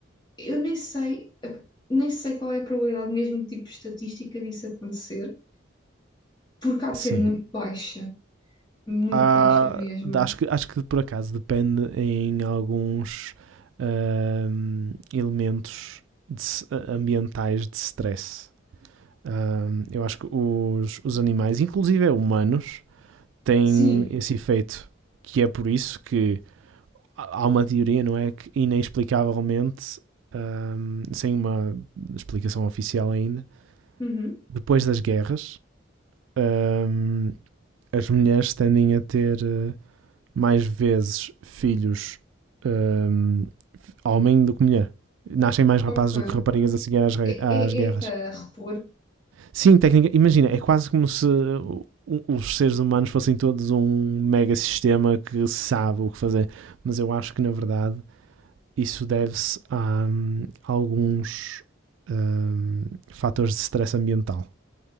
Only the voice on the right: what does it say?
Sim.
há,
acho, que, acho que por acaso depende em alguns hum, elementos de- ambientais de stress. Hum, eu acho que os, os animais, inclusive humanos, têm
esse efeito, que é por isso que há uma teoria, não é? Que inexplicavelmente, hum, sem uma explicação oficial ainda,
depois das guerras, hum, as mulheres tendem a ter eh, mais vezes filhos hum, homem do que mulher. Nascem mais rapazes
do que raparigas a seguir às,
às
guerras.
Sim, técnica. Imagina, é quase como se os seres humanos fossem todos um mega sistema que sabe o que fazer. Mas eu acho que, na verdade, isso deve-se a hum, alguns hum, fatores de stress ambiental.